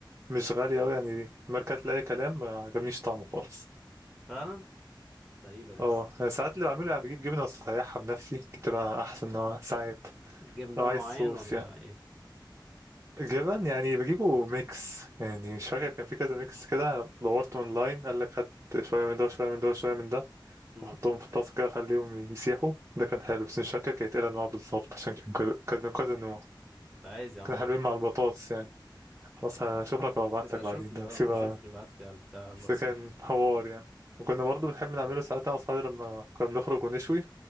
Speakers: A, on the right; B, in the centre.
A: مش غالية قوي يعني ماركات لأي كلام ما عجبنيش طعمه خالص
B: فعلا غريبة دي
A: اه
B: أصلا
A: انا ساعات اللي بعمله يعني بجيب جبنة وأسيحها بنفسي بتبقى احسن نوع ساعات
B: تجيب نوع
A: لو عايز
B: معين
A: صوص
B: ولا
A: يعني
B: إيه؟
A: جبن يعني بجيبه ميكس يعني مش فاكر كان في كذا ميكس كده أنا دورت اونلاين قال لك هات شوية من ده وشوية من ده وشوية من ده
B: مم.
A: واحطهم في الطاسة كده اخليهم يسيحوا ده كان حلو بس مش فاكر كانت ايه الانواع بالظبط عشان كان كذا- كان من كذا نوع
B: عايز يا عم
A: كانوا
B: أعرف
A: حلوين مع البطاطس يعني خلاص هشوف لك وابعت
B: يبقى
A: لك بعدين
B: شوف لي
A: ده
B: اه
A: سيبها
B: بشوف لي بعت لي على البتاع الواتساب
A: بس كان حوار يعني وكنا برضه بنحب نعمله ساعات انا واصحابي لما كنا بنخرج ونشوي